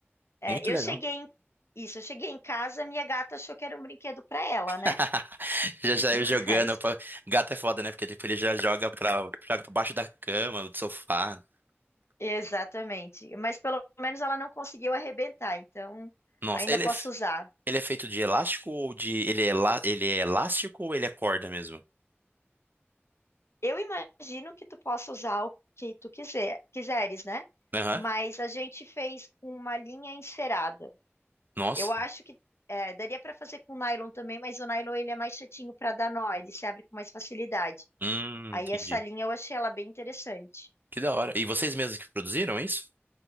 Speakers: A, on the left; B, on the right.
A: É,
B: muito
A: eu
B: legal.
A: cheguei em, isso, eu cheguei em casa, minha gata achou que era um brinquedo para ela,
B: <laughs>
A: né?
B: Já saiu
A: <laughs>
B: jogando. Pra... Gato é foda, né? Porque depois ele já joga pra, joga pra baixo da cama, do sofá.
A: Exatamente. Mas pelo menos ela não conseguiu arrebentar, então
B: Nossa,
A: ainda
B: ele
A: posso
B: é.
A: usar.
B: Ele é feito de elástico ou de. Ele é, elá- ele é elástico ou ele é corda mesmo?
A: Eu imagino que tu possa usar o que tu quiser, quiseres, né?
B: Aham.
A: Mas a gente fez com uma linha encerada.
B: Nossa.
A: Eu acho que é, daria para fazer com nylon também, mas o nylon ele é mais chatinho para dar nó, ele se abre com mais facilidade.
B: Hum,
A: Aí
B: entendi.
A: essa linha eu achei ela bem interessante.
B: Que da hora. E vocês mesmos que produziram é isso?